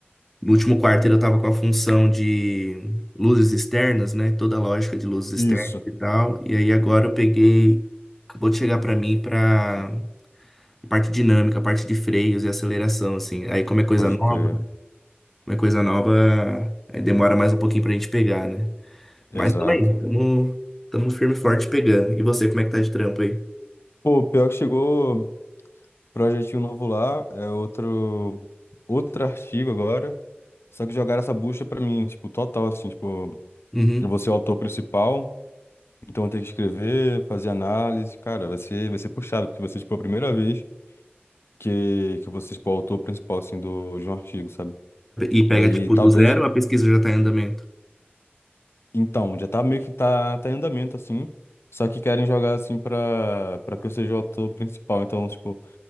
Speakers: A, in the centre; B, on the left.
A: No último quarto eu tava com a função de luzes externas, né? Toda a lógica de luzes
B: Isso.
A: externas e tal. E aí agora eu peguei. Acabou de chegar pra mim pra a parte dinâmica, a parte de freios e aceleração, assim. Aí como é coisa
B: Pode
A: nova.
B: crer.
A: Uma coisa nova é, demora mais um pouquinho pra gente pegar, né?
B: Exato.
A: Mas também, tamo, tamo firme e forte pegando. E você, como é que tá de trampo aí?
B: Pô, pior que chegou projetinho novo lá, é outro outro artigo agora. Só que jogaram essa bucha pra mim, tipo, total assim, tipo,
A: Uhum.
B: eu vou ser o autor principal, então eu tenho que escrever, fazer análise, cara, vai ser vai ser puxado, porque vai ser tipo a primeira vez que que eu vou ser tipo o autor principal assim do de um artigo, sabe?
A: E
B: Daí
A: pega, tipo,
B: talvez
A: do zero, a pesquisa já tá em andamento.
B: Então, já tá meio que tá, tá em andamento, assim. Só que querem jogar, assim, pra, pra que eu seja o ator principal. Então, tipo,